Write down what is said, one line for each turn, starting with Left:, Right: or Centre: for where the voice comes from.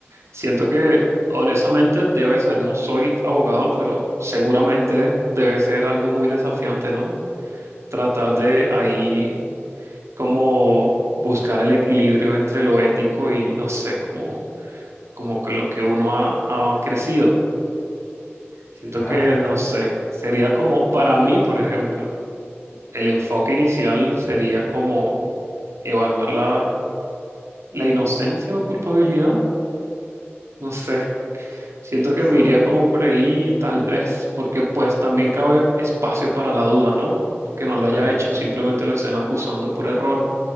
Right: Siento que, honestamente, debe ser, no soy abogado, pero seguramente debe ser algo muy desafiante, ¿no? Tratar de ahí como buscar el equilibrio entre lo ético y, no sé, como, como con lo que uno ha, ha crecido. Siento
Left: Claro,
Right: que, no
Left: claro.
Right: sé, sería como, para mí, por ejemplo, el enfoque inicial sería como evaluar la, la inocencia o culpabilidad. No sé, Siento que
Left: Yo
Right: me iría
Left: creo.
Right: como por ahí, tal vez, porque pues también cabe espacio para la duda, ¿no? Porque no lo
Left: Claro.
Right: haya hecho, simplemente lo estén acusando por error.